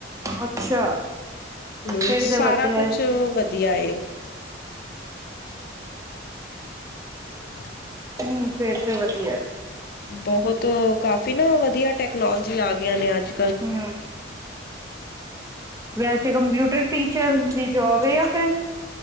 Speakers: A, on the right; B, on the left.
A: ਅੱਛਾ
B: ਹੂੰ
A: ਫੇਰ
B: ਸਾਰਾ
A: ਤੇ ਵਧੀਆ
B: ਕੁਛ
A: ਏ
B: ਸਬ ਵਧੀਆ ਏ। <inaudible>
A: ਹੂੰ ਫੇਰ ਤੇ ਵਧੀਆ ਏ।
B: ਬਹੁਤ ਕਾਫੀ ਨਾ ਵਧੀਆ ਟੈਕਨੋਲੋਜੀ ਆ ਗਿਆਂ ਨੇ ਅੱਜ
A: ਹੂੰ ਵੈਸੇ ਕੰਪਿਊਟਰ ਟੀਚਰ ਦੀ ਜੋਬ ਏ ਯਾਂ ਫਿਰ